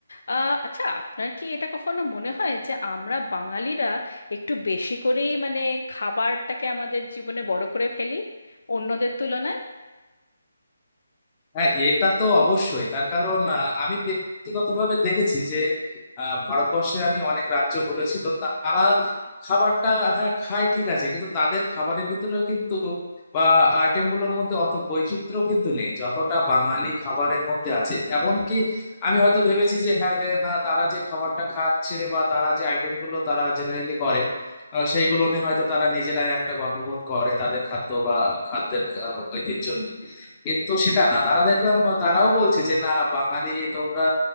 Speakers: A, on the left; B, on the left.
A: আহ, আচ্ছা আপনার কি এটা কখনো মনে হয় যে আমরা বাঙালিরা একটু বেশি করেই মানে খাবারটাকে আমাদের জীবনে বড় করে ফেলি অন্যদের তুলনায়
B: হ্যাঁ এটা তো অবশ্যই তার কারণ আহ, আমি ব্যক্তিগতভাবে দেখেছি যে আহ, ভারতবর্ষে আমি অনেক রাজ্য ঘুরেছি তো তারা খাবারটা হ্যাঁ খায় ঠিক আছে কিন্তু তাদের খাবারের ভিতরেও কিন্তু বা আইটেম গুলোর মধ্যে অত বৈচিত্র্য কিন্তু নেই যতটা বাঙালি খাবারের মধ্যে আছে এমনকি আমি হয়তো ভেবেছি যে হ্যাঁ রে না তারা যে খাবারটা খাচ্ছে বা তারা যে আইটেম গুলো তারা জেনারেলি করে আহ, সেইগুলো নিয়ে হয়তো তারা নিজেরাই একটা গর্ববোধ করে তাদের খাদ্য বা খাদ্যের আহ, ঐতিহ্য নিয়ে কিন্তু সেটা না তারা দেখলাম তারাও বলছে যে না বাঙালি তোমরা